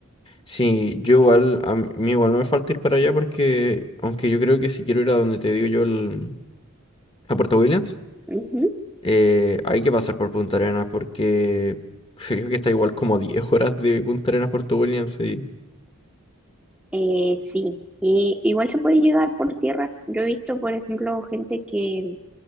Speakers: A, on the left (about 25°); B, in the centre.
A: Sí, yo igual, a mí mí igual no me falta ir para allá porque, aunque yo creo que si quiero ir a donde te digo yo, el- a Puerto Williams,
B: Ujú.
A: Eh, hay que pasar por Punta Arenas porque <laughs> creo que está igual como 10 horas de Punta Arenas a Puerto Williams. Sí.
B: Eh, sí, y igual se puede llegar por tierra. Yo he visto, por ejemplo, gente que,